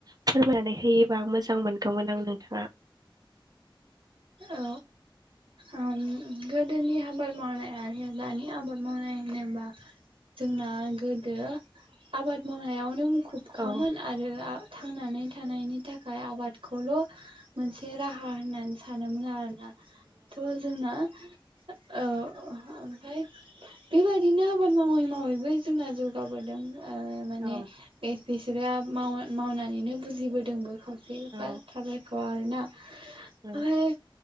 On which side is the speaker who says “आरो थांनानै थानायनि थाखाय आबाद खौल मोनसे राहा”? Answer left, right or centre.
Right